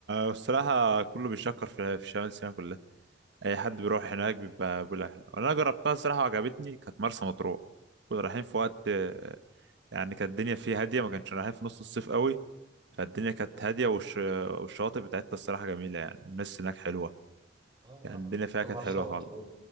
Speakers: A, on the right; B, on the right.
A: الصراحه كله بيشكر في في شمال سيناء كلها اي حد بيروح هناك بيبقى بالاهل انا جربتها الصراحه وعجبتني كانت مرسى مطروح كنا رايحين في وقت آه، يعني كانت الدنيا فيه هاديه ما كانش رايحين في نص الصيف قوي فالدنيا كانت هاديه والش... والشواطئ بتاعتها الصراحه جميله يعني والناس هناك حلوه
B: اه
A: يعني الدنيا
B: رحت
A: فيها كانت
B: مرسى
A: حلوه
B: مطروح
A: خالص